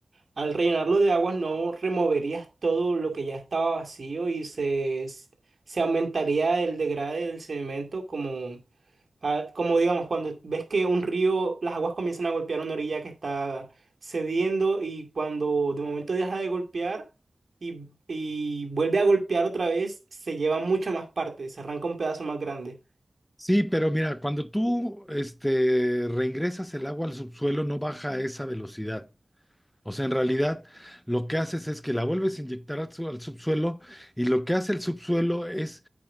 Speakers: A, on the right; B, on the left.
A: Al rellenarlo de aguas no removerías todo lo que ya estaba vacío y se, se aumentaría el degrade del cemento como, ah, como digamos cuando ves que un río, las aguas comienzan a golpear una orilla que está cediendo y cuando de momento deja de golpear y, y vuelve a golpear otra vez, se lleva mucho más parte, se arranca un pedazo más grande.
B: Sí, pero mira, cuando tú este, reingresas el agua al subsuelo no baja a esa velocidad. O sea, en realidad lo que haces es que la vuelves a inyectar al, su- al subsuelo y lo que hace el subsuelo es